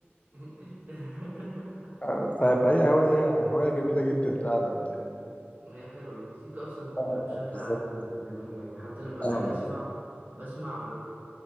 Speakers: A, on the right; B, on the left.
A: <laughs>
B: <laughs> ف- فهي هوايه هوايه جميله جدا فعلا يعني
A: هي حلوة المزيكا أصلا كلها
B: اه
A: بشكل
B: بالظبط
A: عام جميلة يعني حتى لما باجي
B: اه
A: أسمع بسمع ب...